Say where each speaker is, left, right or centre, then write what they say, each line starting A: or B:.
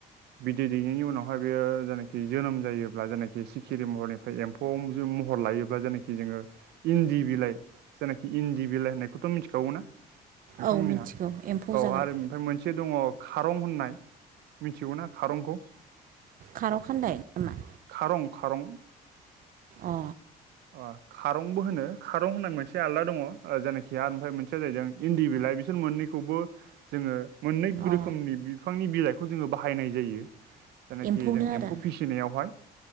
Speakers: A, on the right; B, on the right.
A: बिदै दैनायनि उनावहाय बेयो जेनोखि जोनोम जायोब्ला जेनाखि सिखिरि महरनि फ्राय एम्फौआव महर लायोब्ला जायनाखि जोङो इन्दि बिलाइ जायनाखि इन्दि बिलाइ होननायखौथ' मिथिखागौ ना नोंथांमोननिहा?
B: औ मिथिगौ एम्फौ
A: औ
B: जाग्रा
A: आरो ओमफ्राय मोनसे दङ खारं होननाय मिथिगौ ना खारंखौ?
B: खार' खानदाय नामा?
A: खारं खारं।
B: अ
A: <inaudible> खारंबो होनो खारं होननाय मोनसे आलदा दङ जायनाखि ओमफ्राय मोनसेया जाहैदों इन्दि बिलाइ बिसोर मोननै खौबो जोङो मोननै
B: अ
A: रोखोमनि बिफांनि बिलाइखौ जोङो बाहायनाय जायो। जायनाखि
B: एम्फौनो
A: जों
B: आरो
A: एम्फौ फिसि फिसिनायावहाय।